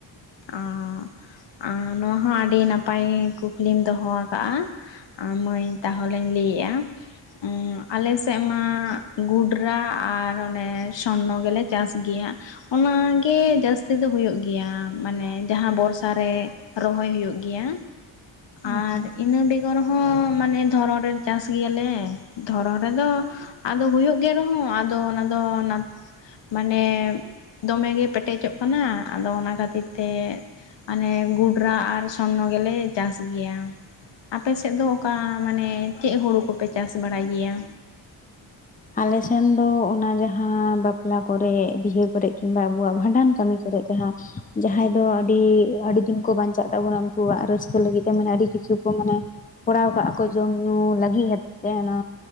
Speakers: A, on the left; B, on the left.
A: ᱚᱸ ᱟᱸ ᱱᱚᱣᱟ ᱦᱚᱸ ᱟᱹᱰᱤ ᱱᱟᱯᱟᱭ ᱠᱩᱠᱞᱤᱢ ᱫᱚᱦᱚ ᱟᱠᱟᱜ-ᱟ ᱟ ᱢᱟᱹᱭ ᱛᱟᱦᱚᱞᱮᱧ ᱞᱟᱹᱭᱮᱫ-ᱟ ᱟᱸ ᱟᱞᱮ ᱥᱮᱫ ᱢᱟ ᱜᱚᱰᱨᱟ ᱟᱨ ᱚᱱᱮ ᱥᱚᱨᱱᱚ ᱜᱮᱞᱮ ᱪᱟᱥ ᱜᱮᱭᱟ ᱚᱱᱟ ᱜᱮ ᱡᱟᱹᱥᱛᱤ ᱫᱚ ᱦᱩᱭᱩᱜ ᱜᱮᱭᱟ᱾ ᱢᱟᱱᱮ ᱡᱟᱦᱟᱸ ᱵᱚᱨᱥᱟ ᱨᱮ ᱨᱚᱦᱚᱭ ᱦᱩᱭᱩᱜ ᱜᱮᱭᱟ
B: ᱟᱪᱪᱷᱟ
A: ᱟᱨ ᱤᱱᱟᱹ ᱵᱮᱜᱚᱨ ᱦᱚᱸ ᱢᱟᱱᱮ ᱫᱷᱚᱨᱚᱱ ᱨᱮ ᱪᱟᱥ ᱜᱮᱭᱟ ᱞᱮ ᱫᱷᱚᱨᱚᱱ ᱨᱮᱫᱚ ᱟᱫᱚ ᱦᱩᱭᱩᱜ ᱜᱮ ᱨᱮᱦᱚᱸ ᱟᱫᱚ ᱚᱱᱟ ᱢᱟᱱᱮ ᱫᱚᱢᱮ ᱜᱮ ᱯᱮᱴᱮᱡᱚᱜ ᱠᱟᱱᱟ ᱟᱫᱚ ᱚᱱᱟ ᱠᱷᱟᱹᱛᱤᱨ ᱛᱮ ᱢᱟᱱᱮ ᱜᱚᱰᱨᱟ ᱟᱨ ᱥᱚᱨᱱᱚ ᱜᱮᱞᱮ ᱪᱟᱥ ᱜᱮᱭᱟ ᱟᱯᱮ ᱥᱮᱫ ᱫᱚ ᱚᱠᱟ ᱢᱟᱱᱮ ᱪᱮᱫ ᱦᱩᱲᱩ ᱠᱚᱯᱮ ᱪᱟᱥ ᱵᱟᱲᱟᱭ ᱜᱮᱭᱟ
B: ᱟᱞᱮ ᱥᱮᱱ ᱫᱚ ᱚᱱᱟ ᱡᱟᱦᱟᱸ ᱵᱟᱯᱞᱟ ᱠᱚᱨᱮ ᱵᱤᱦᱟᱹ ᱠᱚᱨᱮᱜ ᱠᱤᱢᱵᱟ ᱟᱵᱚᱣᱟᱜ ᱵᱷᱟᱸᱰᱟᱱ ᱠᱟᱹᱢᱤ ᱠᱚᱨᱮᱜ ᱡᱟᱦᱟᱸ ᱡᱟᱦᱟᱸᱭ ᱫᱚ ᱟᱹᱰᱤ ᱟᱹᱰᱤ ᱫᱤᱱ ᱠᱚ ᱵᱟᱧᱪᱟᱜ ᱛᱟᱵᱚᱱᱟ ᱩᱱᱠᱩᱣᱟᱜ ᱨᱟᱹᱥᱠᱟᱹ ᱞᱟᱹᱜᱤᱫ ᱛᱮ ᱢᱟᱱᱮ ᱟᱹᱰᱤ ᱠᱤᱪᱷᱩ ᱠᱚ ᱢᱟᱱᱮ ᱠᱚᱨᱟᱣ ᱠᱟᱜ-ᱟ ᱠᱚ ᱡᱚᱢ ᱧᱩ ᱞᱟᱹᱜᱤᱫ ᱦᱮᱛ ᱛᱮᱦᱮᱱᱟ